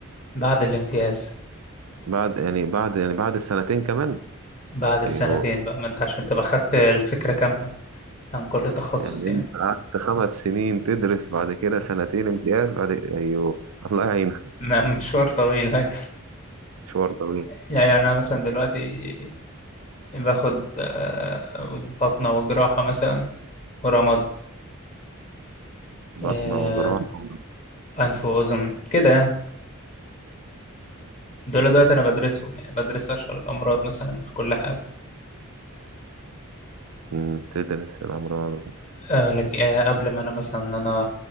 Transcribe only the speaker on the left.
بعد الامتياز
بعد السنتين
بقى ما أنت عشان تبقى خدت الفكرة كاملة عن كل تخصص
يعني
ما- مشوار طويل <laughs> يعني
يعني أنا مثلا دلوقتي باخد آه، الباطنة والجراحة مثلا ورمد
آه،
أنف وأذن كده يعني دول دلوقتي أنا بدرسهم يعني بدرس أشهر الأمراض مثلا في كل حاجة
آه لك آه قبل ما انا مثلا إن انا